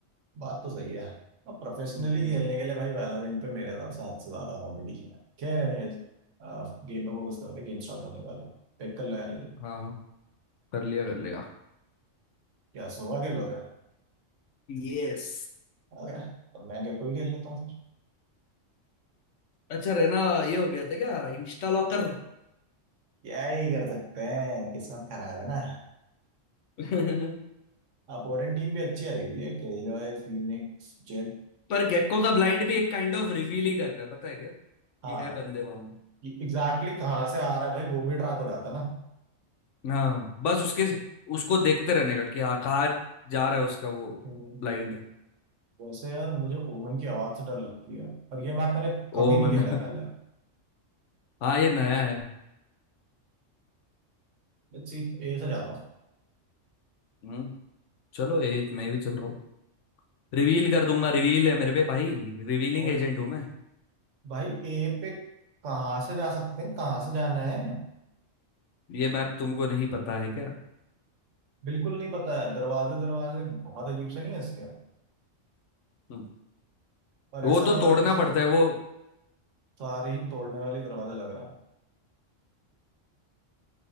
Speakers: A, on the right; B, on the left.
A: बात तो सही है अब प्रोफेशनली
B: हम्म,
A: खेलने के लिए भाई वैलोरेंट पे मेरे हिसाब से हद से ज्यादा कंपटीशन है खैर एनीवेज गेम पे फोकस करते हैं गेम स्टार्ट होने वाला है। पिक कर लो यार ये game।
B: हाँ हाँ कर लिया कर लिया
A: क्या सोवा खेलोगे आ
B: यस
A: गया तो मैं क्या कोई खेल लेता हूँ फिर।
B: अच्छा रहना ये हो गया था क्या इंस्टा लॉकर
A: क्या ही कर सकते हैं किस्मत खराब है ना
B: <laughs>
A: अपोनेंट टीम भी अच्छी आई हुई है किलजॉय फीनिक्स जेट
B: पर गेको का ब्लाइंड भी एक काइंड ऑफ रिवील ही करता है पता है क्या कि
A: हाँ
B: है बंदे वहां
A: एग्जैक्टली कहाँ से आ रहा है भाई वो भी ट्रैक हो जाता है ना
B: हाँ बस उसके उसको देखते रहने का कि हाँ कहाँ जा रहा है उसका वो
A: हम्म,
B: ब्लाइंड
A: वैसे यार मुझे ओमन की आवाज से डर लगती है और ये मैप मैंने
B: ओ
A: कभी नहीं
B: मन
A: खेला है पहले
B: <laughs> हाँ ये नया है
A: Let's see ए से जाता
B: हम्म चलो ये मैं भी चल रहा हूँ रिवील कर दूंगा रिवील है मेरे पे भाई रिवीलिंग
A: हूँ
B: एजेंट हूँ मैं
A: भाई ए पे कहाँ से जा सकते हैं कहाँ से जाना है
B: ये मैप तुमको नहीं पता है क्या
A: बिल्कुल नहीं पता है दरवाजे दरवाजे बहुत अजीब से नहीं है इसके
B: हम्म,
A: और
B: वो
A: ऐसा लग
B: तो तोड़ना
A: रहा है कि
B: पड़ता है वो
A: सारे ही तोड़ने वाले दरवाजा लग रहा है